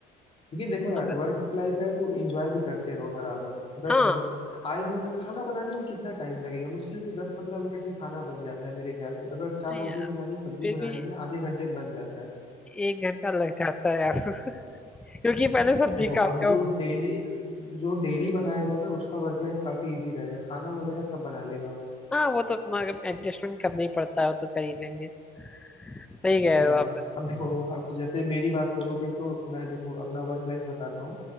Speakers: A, on the left; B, in the centre.
A: लेकिन देखो यार
B: अगर
A: वर्क लाइफ है तो एंजॉय भी करते रहो बराबर अगर
B: हाँ
A: देखो आए हो यार खाना बनाने में कितना टाइम लगेगा मुश्किल से दस पंद्रह मिनट में खाना बन जाता है मेरे ख्याल से अगर चार
B: नहीं,
A: रोटी बनानी सब्जी
B: फिर
A: बनानी
B: भी
A: है आधे घंटे में बन जाता है
B: एक घंटा लग जाता है यार <laughs> क्योंकि पहले सब्जी
A: देखो
B: काटते
A: अब जो
B: हो
A: डेली जो डेली बनाएगा ना उसका वर्क लाइफ काफी इजी रहेगा खाना वगैरह सब बना लेगा वो
B: हाँ वो तो अपना एडजस्टमेंट करना ही पड़ता है वो तो कर ही लेंगे सही कह
A: हाँ
B: रहे हो आप
A: अब देखो अब जैसे मेरी बात करोगे तो मैं देखो अपना वर्क लाइफ बताता हूँ